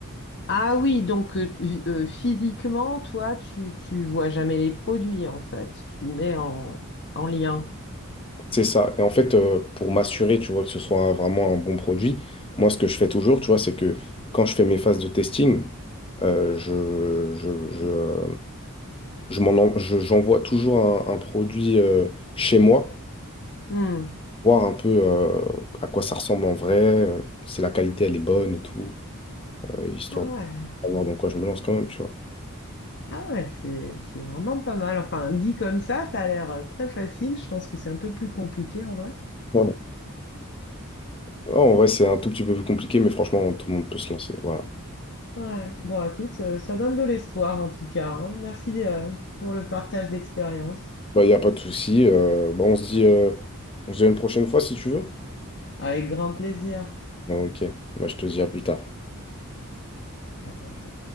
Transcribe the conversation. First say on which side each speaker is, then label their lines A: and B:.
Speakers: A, on the left (about 55°); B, on the left (about 25°).
A: Ah oui, donc euh, tu- euh, physiquement, toi, tu, tu vois jamais les produits en fait. Tu mets en, en lien.
B: C'est ça. Et en fait, euh, pour m'assurer, tu vois, que ce soit vraiment un bon produit, moi, ce que je fais toujours, tu vois, c'est que quand je fais mes phases de testing, euh, je, je, je, euh, je m'en en- je- j'envoie toujours un, un produit euh, chez moi,
A: Hmm.
B: voir un peu euh, à quoi ça ressemble en vrai, euh, si la qualité, elle est bonne et tout, euh, histoire
A: Ah ouais.
B: de savoir dans quoi je me lance quand même, tu vois.
A: Ah ouais, c'est c'est vraiment pas mal. Enfin, dit comme ça, ça a l'air euh, très facile. Je pense que c'est un peu plus compliqué en vrai.
B: Bon. Non, en vrai, c'est un tout petit peu plus compliqué, mais franchement, tout le monde peut se lancer. Voilà.
A: Ouais. Bon, écoute, euh, ça donne de l'espoir en tout cas. hein. Merci euh, pour le partage d'expérience.
B: Bah, il n'y a pas de souci. euh, bah, on se dit, euh, on se dit à une prochaine fois si tu veux.
A: Avec grand plaisir.
B: Ok, moi je te dis à plus tard.
A: À bientôt.